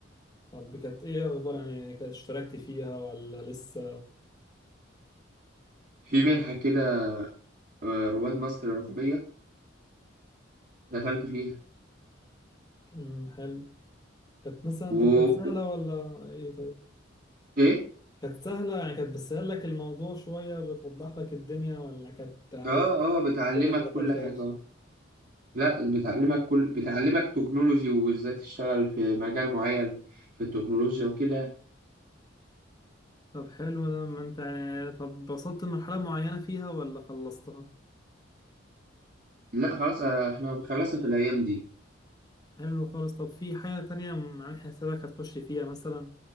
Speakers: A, on the left (about 20°); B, on the right (about 45°).
A: طب كانت ايه اخبار يعني كانت اشتركت فيها ولا لسه
B: في منحه كده آه، رواد مصر الرقميه دخلت فيها
A: مم، حلو كانت مثلا
B: و
A: طب كانت سهلة
B: و-
A: ولا ايه طيب
B: ايه
A: كانت سهلة يعني كانت بتسهل لك الموضوع شوية بتوضح لك الدنيا ولا كانت عادية
B: اه اه بتعلمك
A: كأنك ما دخلتهاش
B: كل حاجه لا بتعلمك كل بتعلمك تكنولوجي وازاي تشتغل في مجال معين في التكنولوجيا وكده
A: طب حلو ده ما انت طب وصلت لمرحلة معينة فيها ولا خلصتها؟
B: لا خلاص آه، احنا خلصنا في الايام دي
A: حلو خالص طب في حاجة تانية م- عامل حسابك هتخش فيها مثلا